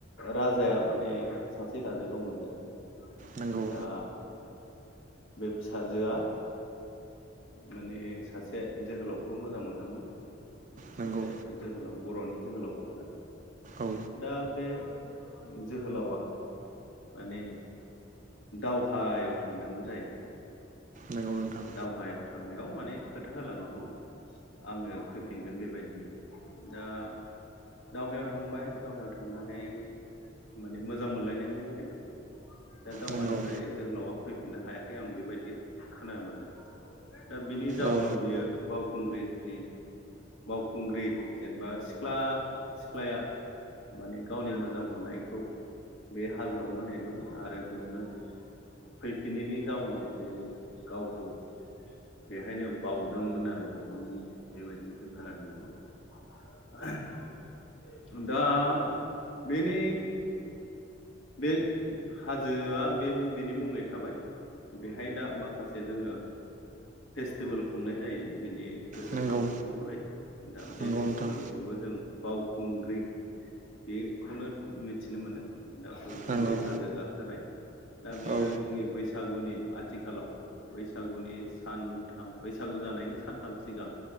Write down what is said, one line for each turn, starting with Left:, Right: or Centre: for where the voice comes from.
Left: राजाया माने सासे फिसाजो दंमोन जाहैबाय
Right: नंगौ
Left: दा बे फिसाजोआ माने सासे जोहोलाव खौ मोजां मोनदोंमोन
Right: नंगौ
Left: सासे जोहोलाव बर'नि जोहोलाव बेबो
Right: औ
Left: दा बे जोहोलावा माने दावहायाव थांदोंमोन जाहैबाय
Right: नंगौ नोंथां
Left: दावहायाव थांनायाव माने खोथा होलांदोंमोन। आंङो फैफिनगोन बेबायदिनो दा दावहायाव थांबाय दावहायाव थांनानै माने मोजां मोनलायनायमोन जाहैबाय दा दावहानिफ्राय
Right: नंगौ
Left: जोहोलावा फैफिननो हायाखै आं बेबायदि खोनानो मोनदों। दा बिनि जाउनाव
Right: औ
Left: बियो बावखुंग्रिनि बावखुंग्रि जेनेबा सिख्ला सिख्लाया माने गावनि मोजां मोननायखौ बे हाजोआवनो नेदोंमोन आरो बेयावनो फैफिननायनि जाउनाव बेयो गावखौ बेहायनो बावउदोंमोन आरो बेनि मुं बेबायदि जों खोनानो मोनगोन दा बेनि बे हाजोआ बे बिनि मुंङै थाबाय बेहाय दा माखासे जोंङो फेस्टिभेल खुंनाय जायो। बिनि गोसोखां
Right: नंगौ
Left: महरै दा
Right: नंगौ
Left: बे फेस्टिभेल
Right: नोंथां
Left: खौबो जों बावखुंग्रि बेखौनो मिथिनो मोनो दा खुंग्रि
Right: नंगौ
Left: हाजो गाखोनाय दा बियो
Right: औ
Left: जोंनि बैसागुनि आथिखालाव बैसागुनि सानथाम बैसागु जानायनि सानथाम सिगां